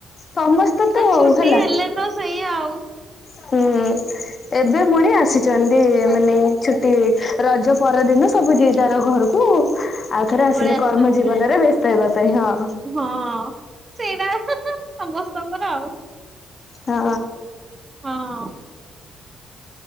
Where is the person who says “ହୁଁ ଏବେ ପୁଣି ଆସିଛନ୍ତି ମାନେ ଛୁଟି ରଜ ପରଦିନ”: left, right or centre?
Left